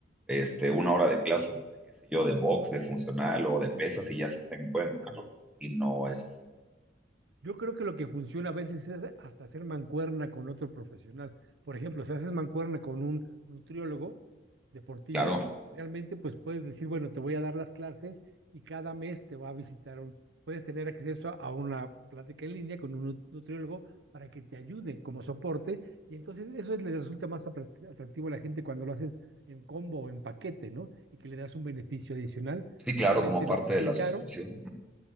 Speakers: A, in the centre; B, on the right.
A: este, una hora de clases, de qué sé yo, de box, de funcional o de pesas y ya sienten que pueden comerlo.
B: Ah,
A: Y no es así.
B: Yo creo que lo que funciona a veces es hasta hacer mancuerna con otro profesional. Por ejemplo, si haces mancuerna con un nutriólogo deportivo,
A: Claro,
B: realmente pues puedes decir, bueno, te voy a dar las clases y cada mes te va a visitar un, puedes tener acceso a una plática en línea con un nut- nutriólogo para que te ayude como soporte y entonces eso le resulta más atracti- atractivo a la gente cuando lo haces en combo o en paquete, ¿no? Y que le das un beneficio adicional
A: sí,
B: que
A: claro,
B: obviamente
A: como parte
B: no te sale
A: de la
B: caro
A: suscripción.